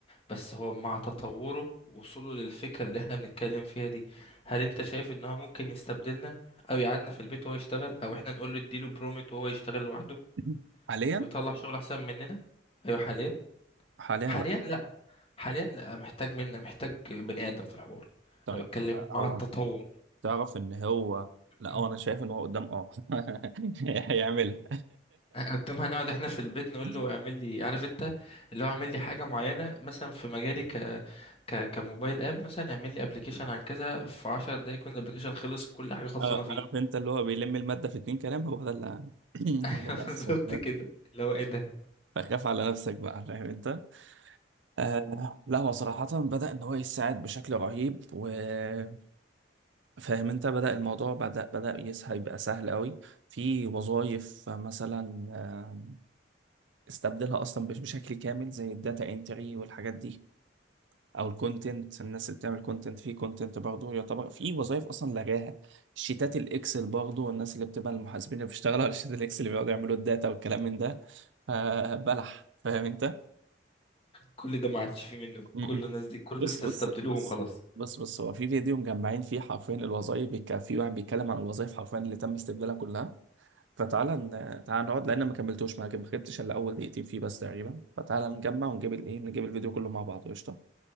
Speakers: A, on the left; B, on the right.
A: بس هو مع تطوره ووصوله للفكرة اللي احنا بنتكلم فيها دي هل انت شايف ان هو ممكن يستبدلنا او يقعدنا في البيت وهو يشتغل او احنا نقول له اديله برومت وهو يشتغل لوحده
B: <laughs> حاليا
A: ويطلع شغل احسن مننا ايوه حاليا
B: حاليا
A: حاليا
B: لا
A: لا حاليا لا محتاج منا محتاج بني ادم في الحوار
B: طيب
A: انا بتكلم
B: هو
A: مع التطور
B: تعرف ان هو
A: <clears throat>
B: لا هو انا شايف ان هو قدام اه <laughs> هيعملها
A: اقدمها نقعد احنا في البيت نقول
B: <laughs>
A: له اعمل لي عارف انت اللي هو اعمل لي حاجه معينه مثلا في مجالي ك ك كموبايل اب مثلا اعمل لي ابلكيشن عن كذا في 10 دقايق يكون الابلكيشن خلص كل حاجه خلصانه
B: آه،
A: فيه
B: عارف انت اللي هو بيلم المادة في اتنين كلام هو ده اللي
A: <laughs> ايوه
B: <clears throat> هو ده اللي
A: بالظبط
B: هيحصل
A: كده اللي هو ايه ده
B: <laughs> فخاف على نفسك بقى فاهم انت آه لا هو صراحة بدأ ان هو يساعد بشكل رهيب وفاهم انت بدأ الموضوع بدأ بدأ يسهل يبقى سهل قوي في وظائف مثلا آه، استبدلها اصلا مش بشكل كامل زي الداتا انتري والحاجات دي او الكونتنت الناس اللي بتعمل كونتنت في كونتنت برضه يعتبر في وظائف اصلا لغاها شيتات الاكسل برضه والناس اللي بتبقى المحاسبين اللي بيشتغلوا على شيتات الاكسل اللي بيقعدوا يعملوا الداتا والكلام من ده فبلح فاهم انت
A: كل ده ما عادش فيه منه
B: م-
A: كل
B: م.
A: الناس دي كل الناس
B: بص بص
A: استبدلوهم
B: بص
A: خلاص
B: بص بص هو في فيديو مجمعين فيه حرفيا الوظائف بيك... في واحد بيتكلم عن الوظائف حرفيا اللي تم استبدالها كلها فتعالى ن... تعالى نقعد لان ما كملتوش معاك ما خدتش الا اول دقيقتين فيه بس تقريبا فتعالى نجمع ونجيب الايه نجيب الفيديو كله مع بعض قشطه